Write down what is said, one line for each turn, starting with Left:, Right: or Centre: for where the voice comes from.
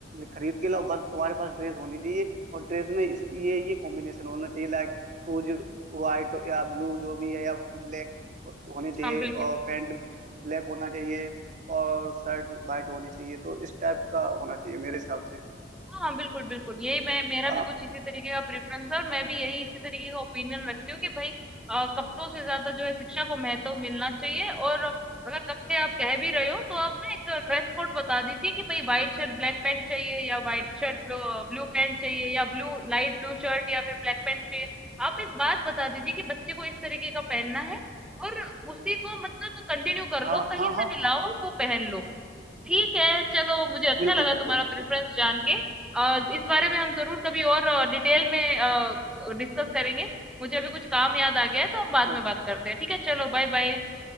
Right: खरीद के लाओ बस तुम्हारे पास ड्रेस होनी चाहिए और ड्रेस में इस ये ये कॉम्बिनेशन होना चाहिए लाइक शूज व्हाइट या ब्लू जो भी है या ब्लैक होने चाहिए
Centre: हाँ बिल्कुल
Right: और
Centre: बिल्कुल।
Right: पैंट ब्लैक होना चाहिए और शर्ट व्हाइट होनी चाहिए तो इस टाइप का होना चाहिए मेरे हिसाब से
Centre: हाँ, हाँ, बिल्कुल, बिल्कुल। यही मैं मेरा
Right: आप
Centre: भी कुछ इसी तरीके का प्रेफ़रेंस है और मैं भी यही इसी तरीके का ओपिनियन रखती हूँ कि भई अ, कपड़ों से ज़्यादा जो है शिक्षा को महत्व मिलना चाहिए और अगर कपड़े आप कह भी रहे हो तो आप ना एक ड्रेस कोड बता दीजिए कि भई व्हाइट शर्ट ब्लैक पैंट चाहिए या व्हाइट शर्ट ब्लू अ, ब्लू पैंट चाहिए या ब्लू लाइट ब्लू शर्ट या फिर ब्लैक पैंट चाहिए। आप एक बात बता दीजिए कि बच्चे को इस तरीके का पहनना है और उसी को मतलब कंटिन्यू कर
Right: हाँ
Centre: लो, कहीं
Right: हाँ
Centre: से
Right: हाँ
Centre: भी लाओ, वो पहन लो। ठीक है, चलो मुझे अच्छा
Right: बिल्कुल
Centre: लगा
Right: बिल्कुल
Centre: तुम्हारा
Right: बिल्कुल
Centre: प्रेफरेंस जान के और इस बारे में हम जरूर कभी और डिटेल में डिस्कस करेंगे मुझे अभी कुछ काम याद आ गया है तो हम बाद
Right: Okay
Centre: में बात करते हैं ठीक है चलो बाय बाय